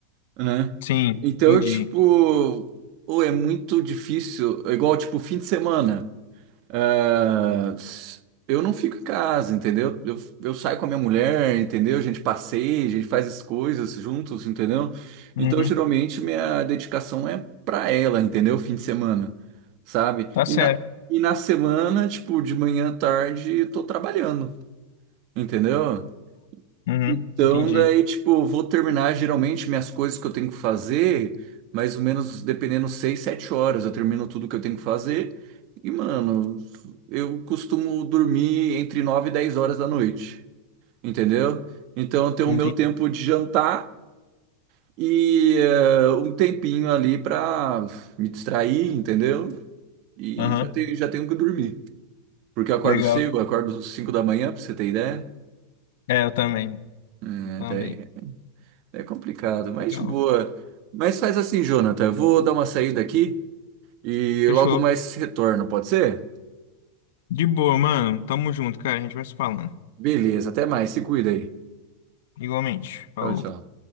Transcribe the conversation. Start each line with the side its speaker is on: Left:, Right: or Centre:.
Right: né?
Left: Sim,
Right: Então,
Left: entendi.
Right: tipo, ou é muito difícil, é igual tipo fim de semana. Ah, Eu não fico em casa, entendeu? Eu, eu saio com a minha mulher, entendeu? A gente passeia, a gente faz as coisas juntos, entendeu?
Left: Uhum.
Right: Então, geralmente, minha dedicação é pra ela, entendeu? Fim de semana, sabe?
Left: Tá
Right: E
Left: certo.
Right: na, e na semana, tipo, de manhã à tarde, eu tô trabalhando, entendeu?
Left: Uhum.
Right: Então,
Left: Entendi.
Right: daí, tipo, vou terminar geralmente minhas coisas que eu tenho que fazer, mais ou menos, dependendo, seis, sete horas. Eu termino tudo que eu tenho que fazer. E, mano, eu costumo dormir entre nove e dez horas da noite, entendeu? Então, eu tenho
Left: Entendi.
Right: o meu tempo de jantar e eh, um tempinho ali pra me distrair, entendeu? E
Left: Aham.
Right: já tenho, já tenho que dormir. Porque eu acordo
Left: Legal.
Right: cedo, eu acordo cinco da manhã, pra você ter ideia.
Left: É, eu também.
Right: É,
Left: Também.
Right: daí É complicado, mas
Left: Legal.
Right: de boa. Mas faz assim, Jonathan. Eu vou dar uma saída aqui e
Left: Fechou.
Right: logo mais retorno, pode ser?
Left: De boa, mano. Tamo junto, cara. A gente vai se falando.
Right: Beleza, até mais. Se cuida aí.
Left: Igualmente. Falou.
Right: Tchau, tchau.